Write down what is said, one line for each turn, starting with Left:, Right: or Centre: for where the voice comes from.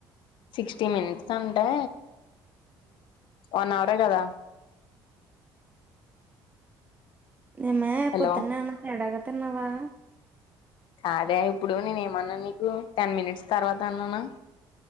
Left: సిక్స్టీ మినిట్స్ అంటే వన్ అవరే కదా
Right: ఏమే
Left: హలో
Right: పొద్దున్నే ఏమన్న తేడాగ తిన్నావా
Left: కాదే ఇప్పుడు నేనేమన్న నీకు టెన్ మినిట్స్ తర్వాత అన్నాన